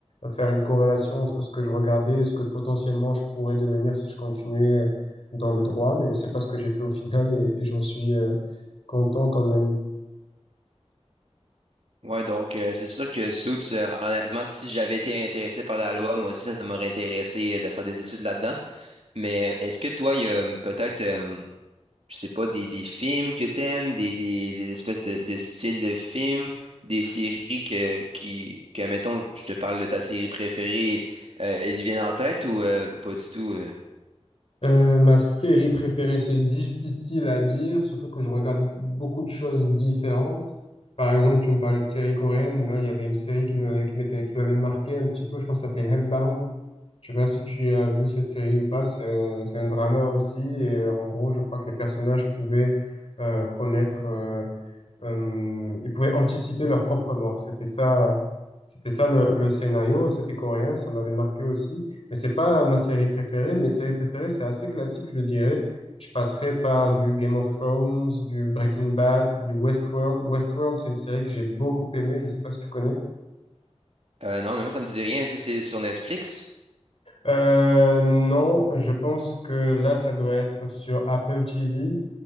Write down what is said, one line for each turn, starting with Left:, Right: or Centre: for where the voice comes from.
Left: faire une corrélation entre ce que je regardais et ce que potentiellement je pourrais devenir si je continuais dans le droit. Mais c'est pas ce que j'ai fait au final et, et j'en suis... euh, content quand même.
Right: Ouais, donc euh, c'est sûr que Suits, euh, honnêtement, si j'avais été intéressé par la loi, moi aussi, ça m'aurait intéressé euh, de faire des études là-dedans. Mais euh, est-ce que toi, il y a euh, peut-être, euh, je sais pas, des, des films que t'aimes, des, des, des espèces de, de styles de films, des séries que, qui, que, mettons, je te parle de ta série préférée, euh, elles viennent en tête ou euh, pas du tout? euh?
Left: Euh, ma série préférée, c'est difficile à dire, surtout que je regarde beaucoup de choses différentes. Par exemple, tu me parlais de séries coréennes. Là, il y avait une série qui m'avait, qui m'était, qui m'avait marqué un petit peu. Je pense que ça s'appelait Hellbound. Je sais pas si tu as vu cette série ou pas. C'est un, c'est un drama aussi. Et euh, en gros, je crois que les personnages pouvaient euh, connaître, euh, euh, ils pouvaient anticiper leur propre mort. C'était ça, c'était ça le, le scénario. et C'était coréen. Ça m'avait marqué aussi. Mais c'est pas ma série préférée. Mes séries préférées, c'est assez classique, je dirais. Je passerai par du Game of Thrones, du Breaking Bad, du Westworld. Westworld, c'est une série que j'ai beaucoup aimée. Je sais pas si tu connais.
Right: Euh, non, non, moi, ça me dit rien. Est-ce que c'est sur Netflix?
Left: Euh, non, je pense que là, ça doit être sur Apple TV